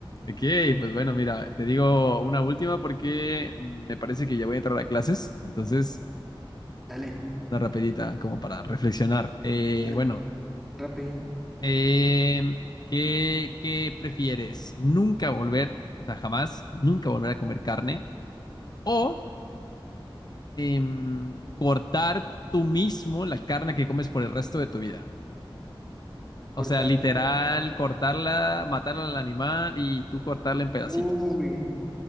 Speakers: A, on the left (about 50°); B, in the centre.
A: Ok, pues bueno, mira, te digo una última porque me parece que ya voy a entrar a clases, entonces
B: Dale,
A: una rapidita como para reflexionar. Eh,
B: dale.
A: bueno,
B: Rapidín.
A: eh, ¿qué, qué prefieres? ¿Nunca volver, o sea, jamás, nunca volver a comer carne o em, cortar tú mismo la carne que comes por el resto de tu vida?
B: Cortar
A: O sea, literal,
B: yo mismo.
A: cortarla, matarla al animal y tú cortarla en pedacitos.
B: Uy,